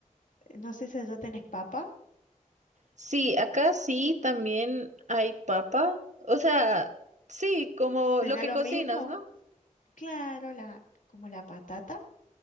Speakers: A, on the left; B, on the right.
A: No sé si allá tenés papa.
B: Sí, acá sí también hay papa. O sea, sí, como
A: ¿Será
B: lo que
A: lo
B: cocinas,
A: mismo?
B: ¿no?
A: Claro, la, como la patata,